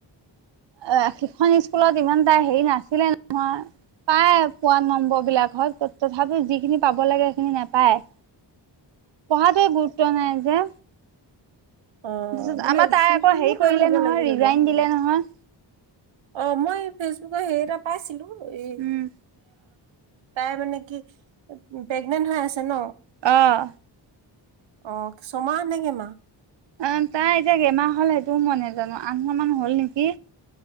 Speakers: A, on the right; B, on the right.
A: অ। সিখন স্কুলত ইমান তাই হেৰি নাছিলে নহয়। পায় পোৱা নম্বৰ বিলাকত। তথাপি যিখিনি পাব লাগে সেইখিনি নেপায়।
B: <inaudible>
A: পঢ়াতে গুৰুত্ব নাই যে।
B: অ
A: তাৰপিছত
B: মানে
A: আমাৰ তাই
B: স্কুলখনো
A: আকৌ হেৰি
B: ভাল
A: কৰিলে
B: হ'ব
A: নহয়
B: লাগিব
A: ৰিজাইন
B: বাৰু
A: দিলে নহয়
B: অ মই ফেচবুক হেৰি এটা পাইছিলো এ
A: উম
B: তাই মানে কি প্ৰেগনেন্ট হৈ আছে ন
A: অঁ
B: অ ছমাহ নেকে মা
A: অ তাই এতিয়া কেমাহ হল সেইটোও মই নোজানো আঠ মাহ মান হ'ল নেকি